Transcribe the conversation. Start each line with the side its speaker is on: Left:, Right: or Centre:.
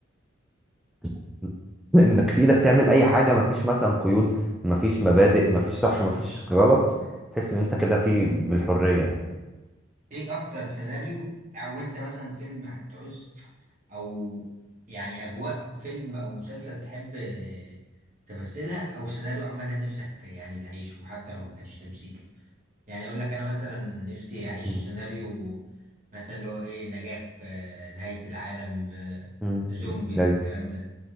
Centre: <laughs> انك في ايدك تعمل اي حاجه مفيش مثلا قيود مفيش مبادئ مفيش صح مفيش غلط تحس ان انت كده في بالحريه يعني
Right: ايه اكتر سيناريو او انت مثلا فيلم هتعوز او يعني اجواء فيلم او مسلسل تحب آه، تمثلها او سيناريو عامه نفسك يعني تعيشه حتى لو ما كانش تمثيل يعني اقول لك انا مثلا نفسي اعيش
Centre: مم.
Right: سيناريو مثلا اللي هو ايه نجاة في آه، نهاية العالم آه،
Centre: مم.
Right: زومبيز
Centre: مم. ايوه
Right: الكلام ده